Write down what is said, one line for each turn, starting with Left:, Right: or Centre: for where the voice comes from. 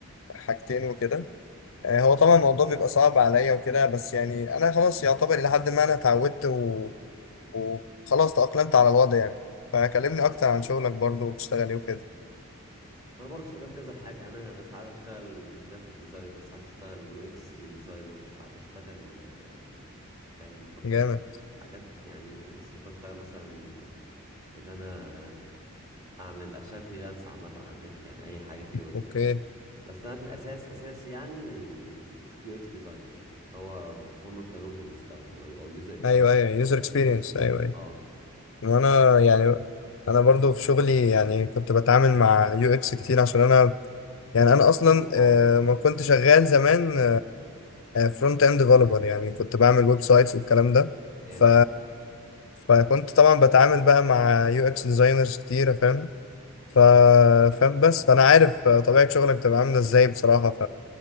Left: حاجتين وكده أه هو طبعا الموضوع بيبقى صعب عليا وكده بس يعني أنا خلاص يعتبر إلى حد ما أنا اتعودت وخلاص تأقلمت على الوضع يعني فكلمني أكتر عن شغلك برضو وبتشتغل إيه وكده
Right: انا برضه شغال كذا حاجه انا ساعات اشتغل جرافيك ديزاينر ساعات اشتغل يو اكس ديزاينر ساعات اشتغل آه، فاهم برضه
Left: جامد
Right: حاجات يعني بس ممكن اشتغل مثلا اللي انا اعمل اشتغل فريلانس عامه على النت يعني اي حاجه تيجي قدامي
Left: اوكي
Right: بس انا في الاساس اساسي يعني يو اكس ديزاينر اللي هو مصمم تجربه المستخدم او يوزر اكسبيرينس
Left: ايوه ايوه
Right: ديزاينر
Left: يوزر اكسبيرينس ايوه ايوه
Right: اه
Left: وانا يعني انا برضو في شغلي يعني كنت بتعامل مع يو اكس كتير عشان انا يعني انا اصلا
Right: اه
Left: آه، ما كنت شغال زمان فرونت اند ديفلوبر يعني كنت بعمل ويب سايتس والكلام ده
Right: جامد
Left: ف فكنت طبعا بتعامل بقى مع يو اكس ديزاينرز كتير فاهم ف فاهم بس فانا عارف آه، طبيعة شغلك تبقى عاملة ازاي بصراحة